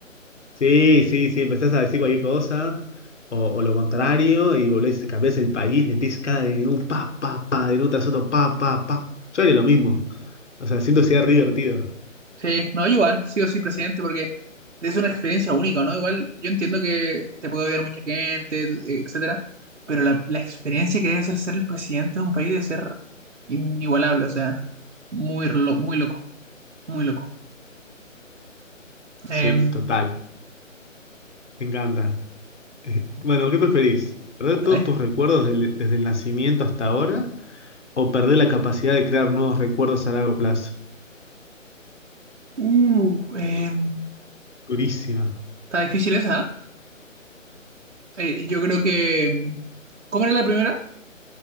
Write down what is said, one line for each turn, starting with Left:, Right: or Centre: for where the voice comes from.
Left: Sí, sí, sí, empezás a decir cualquier cosa, o, o lo contrario, y volvés, cambiás el país, metís cada DNU, pa, pa, pa, DNU tras otro, pa, pa, pa. Yo haría lo mismo. O sea, siento que sería re divertido.
Right: Sí, no, igual, sí o sí, presidente, porque es una experiencia única, ¿no? Igual, yo entiendo que te puede odiar mucha gente, etcétera, pero la, la experiencia que debe ser ser el presidente de un país debe ser inigualable, o sea, muy, lo- muy loco, muy loco. Em,
Left: Sí, total, me encanta. Eh, bueno, ¿qué preferís? ¿Perder
Right: dale.
Left: todos tus recuerdos del- desde el nacimiento hasta ahora? ¿O perder la capacidad de crear nuevos recuerdos a largo plazo?
Right: Uh, eh,
Left: Durísima.
Right: está difícil esa, ¿eh? Eh, yo creo que... ¿Cómo era la primera?